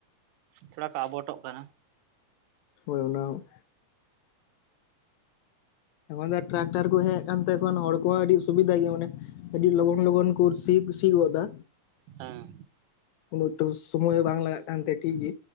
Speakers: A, on the right; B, on the left.
A: ᱛᱷᱚᱲᱟ ᱠᱚ ᱟᱵᱚᱴᱚᱜ ᱠᱟᱱᱟ
B: ᱦᱳᱭ ᱚᱱᱟ ᱦᱚᱸ ᱮᱠᱷᱚᱱ ᱫᱚ ᱴᱨᱟᱠᱴᱟᱨ ᱠᱚ ᱦᱮᱡ ᱠᱟᱱ ᱛᱮ ᱦᱚᱲ ᱠᱚᱦᱚᱸ ᱟᱹᱰᱤ ᱥᱩᱵᱤᱫᱷᱟ ᱜᱮ ᱢᱟᱱᱮ ᱟᱹᱰᱤ ᱞᱚᱜᱚᱱ ᱞᱚᱜᱚᱱ ᱠᱚ ᱥᱤ ᱥᱤ ᱜᱚᱫᱟ
A: ᱦᱮᱸ
B: ᱩᱱᱟᱹᱜ ᱮᱠᱴᱩ ᱥᱩᱢᱳᱭ ᱦᱚᱸ ᱵᱟᱝ ᱞᱟᱜᱟᱜ ᱠᱟᱱᱛᱮ ᱴᱷᱤᱠ ᱜᱮ